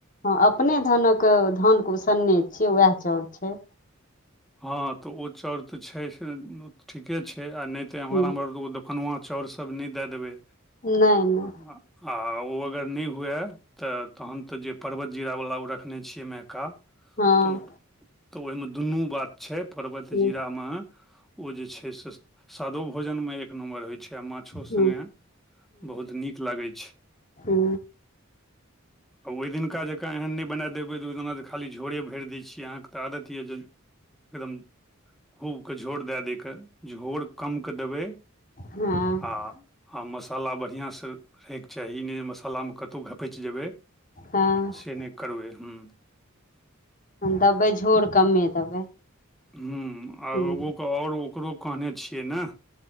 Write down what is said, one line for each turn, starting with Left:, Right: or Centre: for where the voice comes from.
Left: हँ, अपने धनक धानके उसनने छियै, वएह चाउर छै।
Centre: हँ तऽ ओ चाउर तऽ छै। से ठीके छै। आ नहि ते एमहर
Left: हूँ
Centre: मर आनुआ चाउरसभ नहि दए देबै
Left: नहि नहि।
Centre: आ ओ अगर नहि हुए? तऽ तहन तऽ जे परर्वत जीरावला ओ रखने छियै नायका
Left: हँ
Centre: त तऽ ओहिमे दुनू बात छै। पर्वत
Left: हूँ
Centre: जीरामे ओ जे छै से, सादो भोजनमे एक नम्बर होइत छै। आ माछो
Left: हूँ
Centre: सङ्गे बहुत नीक लागै छै।
Left: हू।
Centre: आ ओहि दिनका जकाँ एह नहि बना देबै तऽ, ओहि दिना खाली झोरे भरि दै छी अहाँके तऽ आदत यऽ जे। एकदम खूबके झोर दए दै क। झोर कम कऽ देबै
Left: हँ
Centre: आ आ मसाला बढ़िआँसँ रहयके चाही नहि जे मसालामे कतहु घपचि जेबै।
Left: हँ
Centre: से नहि करबै हू
Left: देबै झोर, कमे देबै।
Centre: ह्म आ
Left: हूँ
Centre: एगोके आओर ओकरो कहने छियै ने।